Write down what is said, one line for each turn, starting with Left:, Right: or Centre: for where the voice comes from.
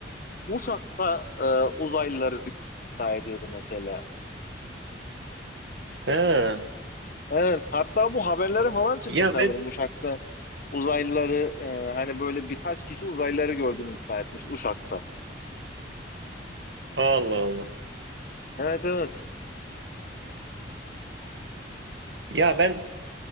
Left: uçakta e, uzaylıları iddia ediyordu mesela.
Right: <laughs> He.
Left: Evet. Hatta bu haberlere falan çıkmış
Right: Ya
Left: sanırım
Right: ben
Left: uçakta. Uzaylıları e, hani böyle birkaç kişi uzaylıları gördüğünü iddia etmiş Uşak'ta.
Right: Allah Allah.
Left: Evet evet.
Right: Ya ben